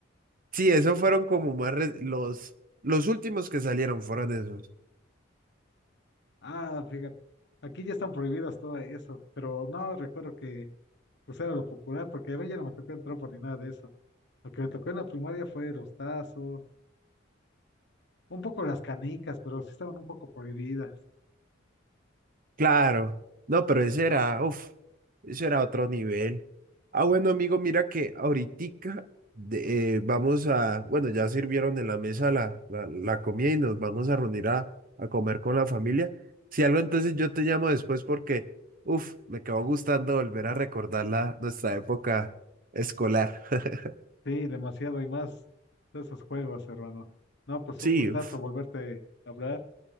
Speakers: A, on the right (about 45°); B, on the left (about 60°).
A: Sí, esos fueron como más, re- los, los últimos que salieron fueron esos.
B: Ah, fíjate. Aquí ya están prohibidas todo eso. Pero no recuerdo que pues era lo popular, porque a mí ya no me tocó entrar por ni nada de eso. Lo que me tocó en la primaria fue los tazos, un poco las canicas, pero sí estaban un poco prohibidas.
A: Claro, no, pero ese era, uff, eso era otro nivel. Ah, bueno, amigo, mira que ahoritica de- eh, vamos a, bueno, ya sirvieron en la mesa la, la, la comida y nos vamos a reunir a, a comer con la familia. Si algo, entonces yo te llamo después porque, uff, me quedó gustando volver a recordar la, nuestra época escolar. <laughs>
B: Sí, demasiado y más de esos juegos, hermano. No, pues
A: Sí,
B: un gustazo
A: uff,
B: volverte a hablar.